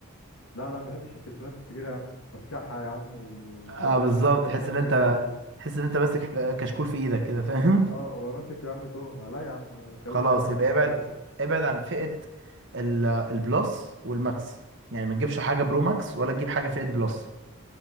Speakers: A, on the left (about 70°); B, on the right (about 50°).
A: لا لا ما بحبش التليفونات الكبيرة يا عم برشحها يا عم وببقى
B: اه بالظبط
A: مش عارف اجيب
B: تحس
A: اخر
B: ان انت
A: التليفون
B: تحس ان انت ماسك كشكول في ايدك كده <laughs> فاهم
A: اه ببقى ماسك يا عم تهمة لا يا عم خليني
B: خلاص
A: في الحاجات
B: يبقى
A: الصغيرة
B: ابعد
A: دي
B: ابعد عن فئه ال- البلس والماكس يعني ما تجيبش حاجه برو ماكس ولا تجيب حاجه فئه بلس